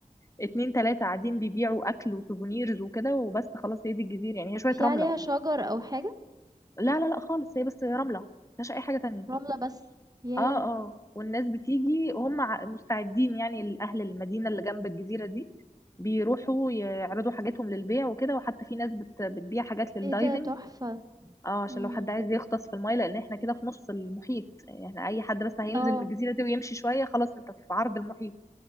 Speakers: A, on the left; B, on the right.
A: اتنين تلاتة قاعدين بيبيعوا أكل وسوفونيرز وكده وبس خلاص هي دي الجزيرة يعني هي شوية
B: في
A: رملة
B: عليها شجر او حاجة
A: لا لا لا خالص هي بس رملة مفيهاش أي حاجة تانية
B: رملة بس ياه
A: اه اه والناس بتيجي وهم ع- مستعدين يعني الأهل المدينة اللي جنب الجزيرة دي بيروحوا يعرضوا حاجاتهم للبيع وكده وحتى في ناس بت... بتبيع حاجات للدايفنج
B: ايه ده تحفة
A: اه عشان
B: امم
A: لو حد عايز يغطس في المايه لان احنا كده في نص المحيط يعني احنا اي حد بس هينزل
B: اه
A: من الجزيره دي ويمشي شويه خلاص انت في عرض المحيط